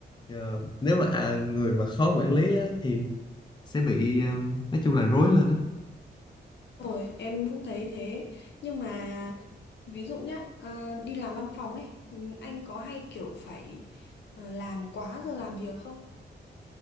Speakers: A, on the left; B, on the left.
A: Ờ, nếu mà à, người mà khó quản lý á, thì sẽ bị ờ, nói chung là rối lên á
B: rồi em cũng thấy thế nhưng mà ví dụ nhá ờ, đi làm văn phòng ấy ừ, anh có hay kiểu phải ờ, làm quá giờ làm việc không